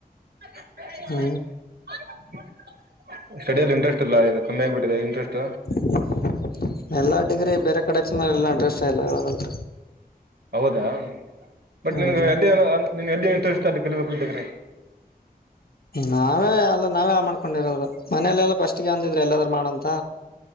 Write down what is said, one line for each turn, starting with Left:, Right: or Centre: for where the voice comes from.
Right: <unintelligible>
Left: ಹ್ಮ
Right: <unintelligible> ಸ್ಟಡಿಯಲ್ಲಿ ಇಂಟ್ರೆಸ್ಟ್ ಇಲ್ಲ ಈಗ ಕಮ್ಮಿ ಆಗ್ಬಿಟ್ಟಿದೆ ಇಂಟ್ರೆಸ್ಟ್
Left: <unintelligible> ಎಲ್ಲ ಡಿಗಿರಿ ಬೇರೆ ಕಡೆ ಹಚ್ಚಿದ್ದ್ ಇಂಟ್ರೆಸ್ಟ್ ಇಲ್ಲ ಇವಾಗಂತ
Right: ಹೌದಾ <inaudible> ಬಟ್
Left: ಹ್ಮ್
Right: ನಿನ್ಗೆ ಎಲ್ಲಿ ನಿನಗ ಇಂಟ್ರೆಸ್ಟ್ ಅಲ್ಲಿ ಕಲಿಬೇಕಲ್ಲ ಡಿಗ್ರಿ
Left: ನಾವೇ ಅಲ್ಲ ನಾವೇ ಮಾಡ್ಕೊಂಡಿರೋದು ಮನಲೆೆಲ್ಲ ಫಸ್ಟ್ಗೆ ಅಂದಿದ್ರೆ ಎಲ್ಲಾದ್ರೂ ಮಾಡಂತ